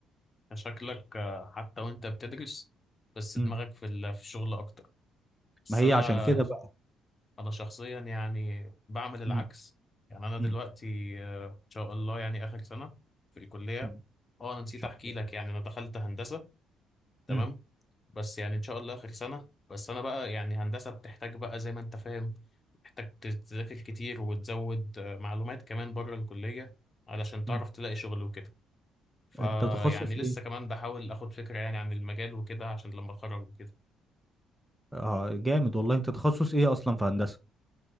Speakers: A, on the left; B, in the centre.
A: شكلك آه، حتى وأنت بتدرس بس دماغك
B: مم.
A: في ال- في الشغل أكتر بس
B: ما هي
A: أنا
B: عشان كده بقى
A: أنا شخصيا يعني بعمل العكس
B: مم.
A: يعني أنا دلوقتي
B: مم.
A: آه، إن شاء الله يعني آخر سنة في الكلية
B: مم. ان
A: أه أنا نسيت
B: شاء
A: أحكي
B: الله
A: لك يعني أنا دخلت هندسة تمام
B: مم.
A: بس يعني ان شاء الله اخر سنه بس انا بقى يعني هندسه بتحتاج بقى زي ما انت فاهم محتاج تذاكر كتير وتزود آه، معلومات كمان بره الكليه علشان تعرف
B: مم.
A: تلاقي شغل وكده فيعني
B: انت تخصص
A: لسه
B: ايه
A: كمان بحاول اخد فكره يعني عن المجال وكده عشان لما اتخرج وكده
B: اه جامد والله انت تخصص ايه اصلا في هندسه